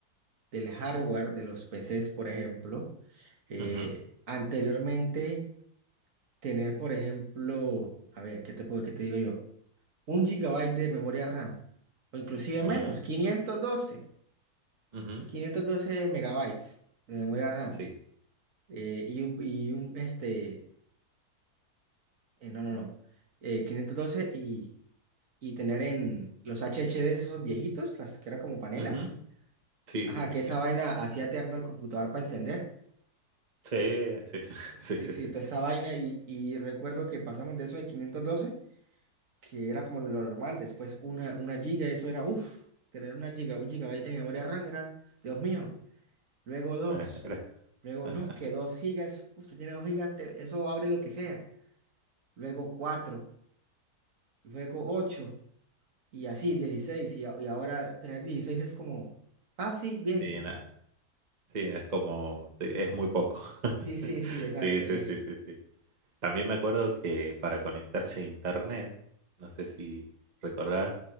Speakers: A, on the right; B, on the right.
A: del hardware de los PCs, por ejemplo, eh,
B: Ujú,
A: anteriormente tener, por ejemplo, a ver, ¿qué te puedo, qué te digo yo? Un gigabyte de memoria RAM, o inclusive
B: ujú,
A: menos, quinientos doce
B: ujú,
A: quinientos doce megabytes de memoria RAM,
B: sí.
A: eh, y un, y un, este, eh, no, no, no, eh, 512 y, y tener en los HDDs esos viejitos, las que eran como panelas
B: Ujú, Sí,
A: Ajá,
B: sí, sí,
A: que esa
B: sí.
A: vaina hacía eterno el computador para encender.
B: Sí, sí,
A: S-
B: <laughs> sí,
A: Sí,
B: sí,
A: sí,
B: sí.
A: toda esa vaina. Y, y recuerdo que pasamos de eso de 512, que era como lo normal. Después una, una giga, eso era, uff, tener una giga, un gigabyte en memoria RAM era, Dios mío. Luego dos.
B: Era- era-
A: Luego,
B: <laughs>
A: no, que dos gigas. Uff, tiene dos gigas, te- eso abre lo que sea. Luego cuatro. Luego ocho. Y así, dieciséis Y, a- y ahora tener 16 es como, ah, sí, bien.
B: sí, nada. Sí, es como, te- es muy poco. <laughs>
A: Sí, sí, sí, exacto,
B: Sí, sí,
A: eso.
B: sí, sí, sí. También me acuerdo que para conectarse a internet, no sé si recordás,